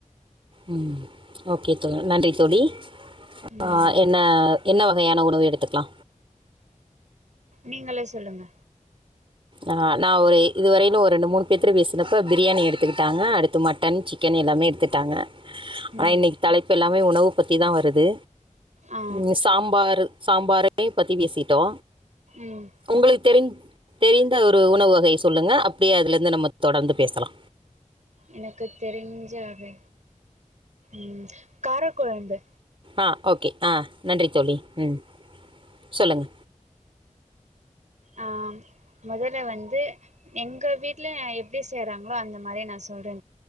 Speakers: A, on the right (about 40°); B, on the right (about 60°).
A: ம் ஓகே தோ நன்றி தோழி
B: ம்
A: ஆ என்ன என்ன வகயான உணவு எடுத்துக்லா
B: நீங்களே சொல்லுங்க
A: ஆ நா ஒரு இ இதுவரையிலு ஒரு ரெண்டு மூணு பேத்துட்ட பேசினப்ப பிரியாணி எடுத்துக்கிட்டாங்க அடுத்து மட்டன் சிக்கன் எல்லாமே எடுத்துட்டாங்க ஆ
B: ம்
A: இன்னைக்கு தலை எல்லாமே உணவு பத்தி தா வருது
B: ஆ
A: ம் சாம்பாரு சாம்பாரே யு பத்தி பேசிட்டோ
B: ம்
A: உங்களுக்கு தெரி தெரிந்த ஒரு உணவு வகைய சொல்லுங்க அப்டியே அதுலந்து நம்ம தொடர்ந்து பேசலா
B: எனக்கு தெரிஞ்ச வகை ம் கார கொழம்பு
A: ஆ ஓகே ஆ நன்றி தோழி ம் சொல்லுங்க
B: ஆ மொதல்ல வந்து எங்க வீட்ல எப்டி செய்ராங்களோ அந்த மாரி நா சொல்றே